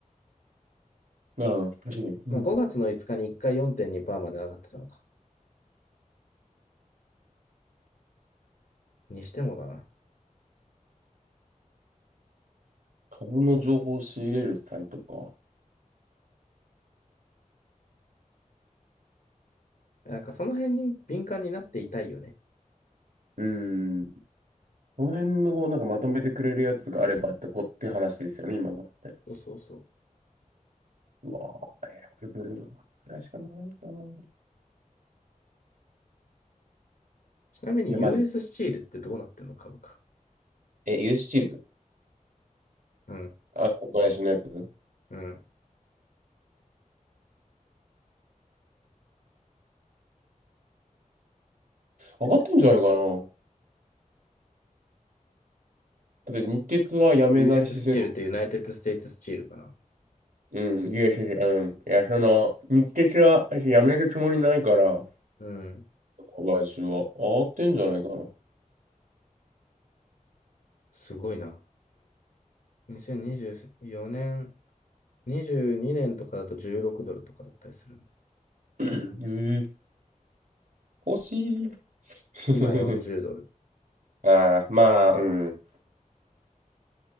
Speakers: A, on the right; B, on the left.
A: なるほど。楽しみうん。
B: まあ、5月の5日に1回4.2%まで上がってたのか。にしてもだな。
A: 株の情報を仕入れるサイトか。
B: なんかその辺に敏感になっていたいよね。
A: うーん。この辺のなんかまとめてくれるやつがあればってこって話ですよね、今のって。
B: そうそうそう。
A: うわぁ、えや、これぐらいしかないかな。い
B: ちなみに
A: や、
B: US
A: まず、
B: ススチールってどうなってんの株価。
A: え、ユースチール
B: うん、
A: あ、小林のやつ
B: うん。
A: 上がってんじゃないかな。だって日鉄はやめない姿勢
B: US ススチールってユナイテッドステイツスチールかな。
A: うん、いや、いや、いやうん。いや、その、日鉄は私やめるつもりないから、
B: うん。
A: 来週は上がってんじゃないかな。
B: すごいな。ん ?2024 年、22年とかだと16ドルとかだったりするんだ。
A: <clears throat> ええ欲しい。<laughs>
B: 今40ドル。
A: ああ、まあ、うん。